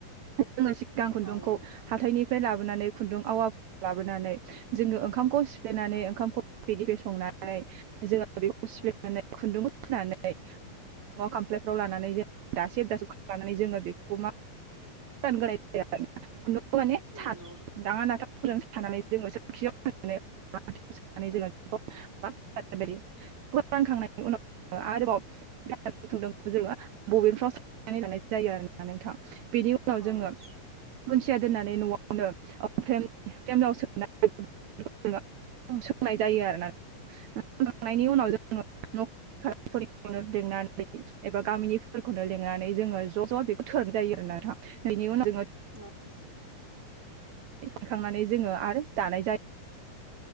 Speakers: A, on the right; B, in the centre.
A: जोङो सिगां खुन्दुंखौ
B: औ नोंथां
A: हाथायनि फ्राय लाबोनानै खुन्दुं आवा लाबोनानै जोङो ओंखामखौ सिफ्लेनानै
B: औ
A: ओंखामखौ गेफे-गेफे संनानै जोङो बेखौ सिफ्लेनानै खुन्दुंआव फुनानै न'आव खामफ्लायफ्राव
B: औ
A: लानानै जों दासब दासेबानानै जोङो बेखौ मा गोदान गाराय जाया आरो खुन्दुं माने
B: नंगौ
A: थार दाङा नाथाफोरजों सानानै जोङो सोरखियाव फाननानै जोङोखौानखांनायनि उनाव <unintelligible> आरोबाव ख ज बबेफ्राव सनानै लानाय जायो आरोोना नोंथाङा बिदि <unintelligible> उनाव जोङो
B: औ नोंथां
A: खन्सिया दोननानै न'आवनो फ्रेम फ्रेमाव सोनानै सोंनाय जायो आरो ना सोंखांनायनि उनाव जोङो <unintelligible> फोरखौनो लिंनानै एबा गामिनिफोरखौनो लिंनानै जोङो ज' ज' बेखौ थोरनाय जायो आरोन थ <unintelligible> बिनि उनाव
B: औ नोंथां
A: खनखांनानै जोङो आरो दानाय जायो